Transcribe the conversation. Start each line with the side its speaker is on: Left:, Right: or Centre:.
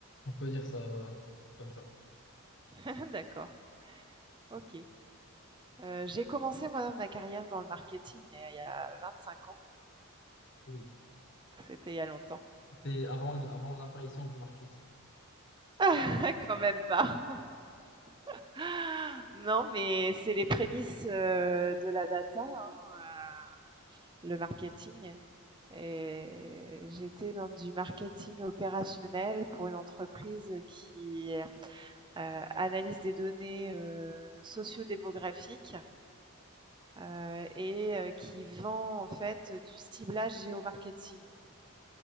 Left: On peut dire ça comme ça.
Right: <laughs> D'accord, ok. Euh, j'ai commencé, moi, ma carrière dans le marketing, mais euh, il y a 25 ans.
Left: oui
Right: C'était il y a longtemps.
Left: C'est avant, avant l'apparition du marketing.
Right: <laughs> Quand même pas. <gasps> <laughs> Non, mais c'est les prémices euh, de la data. hein, euh, le marketing. Et j'étais dans du marketing opérationnel pour une entreprise qui euh, analyse des données euh, sociodémographiques euh, et euh, qui vend en fait du ciblage géomarketing.